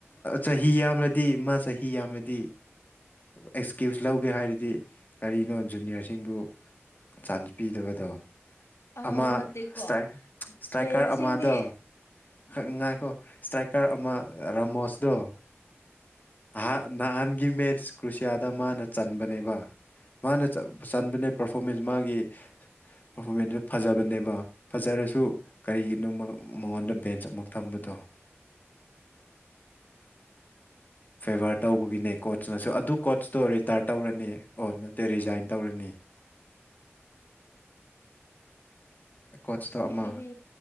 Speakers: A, on the left (about 40°); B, on the left (about 75°).
A: ꯆꯍꯤ ꯌꯥꯝꯂꯗꯤ ꯃꯥ ꯆꯍꯤ ꯌꯥꯝꯂꯗꯤ ꯑꯦꯛꯁꯀ꯭ꯌꯨꯁ ꯂꯧꯒꯦ ꯍꯥꯏꯔꯗꯤ ꯀꯔꯤꯅꯣ ꯖꯨꯅꯤꯌꯔꯁꯤꯡꯕꯨ ꯆꯥꯟꯁ ꯄꯤꯗꯕ ꯑꯗꯣ
B: ꯑꯥ
A: ꯑꯃ
B: ꯅꯠꯇꯦꯀꯣ
A: ꯏꯁꯇ꯭ꯔꯥꯏꯀꯔ
B: ꯄ꯭ꯂꯦꯌꯔꯁꯤꯡꯗꯤ
A: ꯑꯃꯗꯣ ꯈꯛ ꯉꯥꯏꯈꯣ ꯏꯁꯇ꯭ꯔꯥꯏꯀꯔ ꯑꯃ ꯔꯥꯃꯣꯁꯗꯣ ꯍ ꯅꯍꯥꯟꯒꯤ ꯃꯦꯠꯁ ꯀ꯭ꯔꯨꯁꯤꯌꯥꯗ ꯃꯥꯅ ꯆꯟꯕꯅꯦꯕ ꯃꯥꯅ ꯆꯟꯕꯅꯦ ꯄꯔꯐꯣꯔꯃꯦꯟꯁ ꯃꯥꯒꯤ ꯄꯔꯐꯣꯔꯃꯦꯟꯁꯇ ꯐꯖꯕꯅꯦꯕ ꯐꯖꯔꯁꯨ ꯀꯔꯤꯒꯤꯅꯣ ꯃꯉꯣꯟꯗ ꯕꯦꯟꯁ ꯑꯃꯨ ꯊꯝꯕꯗꯣ ꯐꯦꯚꯔ ꯇꯧꯕꯒꯤꯅꯦ ꯀꯣꯆꯅꯁꯨ ꯑꯗꯨ ꯀꯣꯆꯇꯣ ꯔꯤꯇꯥꯔ ꯇꯧꯔꯅꯤ ꯑꯣ ꯅꯠꯇꯦ ꯔꯤꯖꯥꯏꯟ ꯇꯧꯔꯅꯤ <inaudible> ꯀꯣꯆꯇꯣ
B: ꯁꯤ
A: ꯑꯃ
B: ꯑꯩꯗꯤ